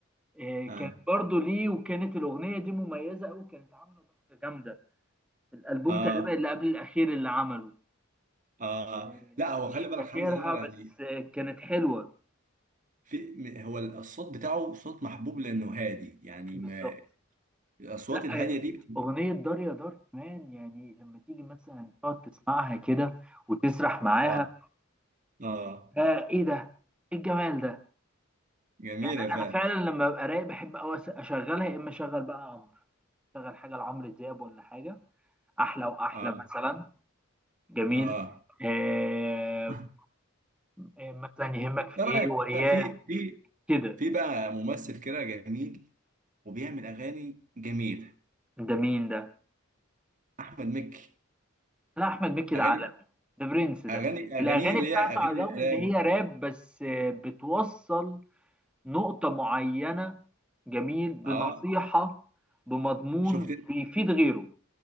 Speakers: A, in the centre; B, on the right.
A: آه كانت
B: اه
A: برضو ليه وكانت الاغنيه دي مميزه قوي كانت عامله ضجه جامده في الالبوم
B: اه
A: تقريبا اللي قبل الاخير اللي عمله
B: اه
A: آه
B: لا هو
A: مش
B: خلي بالك
A: فاكرها
B: حمزه نمره يعني
A: بس آه كانت حلوه
B: في م- هو الصوت بتاعه صوت محبوب لانه هادي يعني
A: بالظبط
B: ما الاصوات
A: لا
B: الهاديه
A: آه،
B: دي بت...
A: أغنية دار يا دار كمان يعني لما تيجي مثلا تقعد تسمعها كده وتسرح معاها
B: اه اه
A: آه إيه ده؟ إيه الجمال ده؟
B: جميله
A: يعني
B: فعلا
A: أنا فعلا لما ببقى رايق بحب أوي أس- أشغلها يا إما أشغل بقى عمرو أشغل حاجة لعمرو دياب ولا حاجة أحلى وأحلى
B: اه
A: مثلا جميل
B: اه
A: آه
B: <laughs>
A: آه، مثلا يهمك في
B: ايه رايك
A: إيه وإياه
B: بقى في في
A: كده
B: في بقى ممثل كده جميل وبيعمل اغاني جميله
A: ده مين ده؟
B: احمد مكي
A: لا أحمد مكي
B: اغاني
A: ده عالمي ده برنس ده
B: اغاني
A: الأغاني
B: اغانيه اللي
A: بتاعته
B: هي اغاني
A: على الرغم
B: الالام
A: إن هي راب بس آه، بتوصل نقطة معينة جميل بنصيحة
B: اه
A: بمضمون
B: شفت
A: بيفيد غيره